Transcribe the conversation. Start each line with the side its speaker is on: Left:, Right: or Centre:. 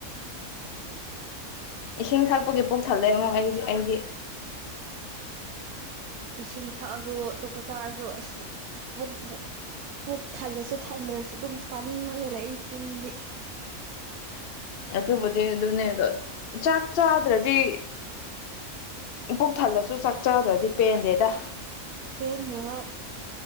Left: ꯏꯁꯤꯡ ꯊꯛꯄꯒꯤ ꯄꯨꯛ ꯊꯜꯂꯦꯉꯣ ꯑꯩꯗꯤ ꯑꯩꯗꯤ
Right: ꯏꯁꯤꯡ ꯊꯛꯑꯁꯨ ꯑꯇꯣꯞꯄ ꯆꯥꯔꯁꯨ ꯑꯁ ꯄꯨꯛꯇꯨ ꯄꯨꯛ ꯊꯜꯂꯁꯨ ꯊꯝꯗ꯭ꯔꯁꯨ ꯗꯨꯝ ꯆꯥꯅꯤꯡꯉꯒ ꯂꯩꯌꯦ ꯆꯤꯟꯗꯤ
Left: ꯑꯗꯨꯕꯨꯗꯤ ꯑꯗꯨꯅꯦ ꯗꯣ ꯆꯥꯛ ꯆꯥꯗꯔꯗꯤ ꯄꯨꯛ ꯊꯜꯂꯁꯨ ꯆꯥꯛ ꯆꯥꯗꯔꯗꯤ ꯄꯦꯟꯗꯦꯗ
Right: ꯄꯦꯟꯗꯦ ꯍꯣꯏ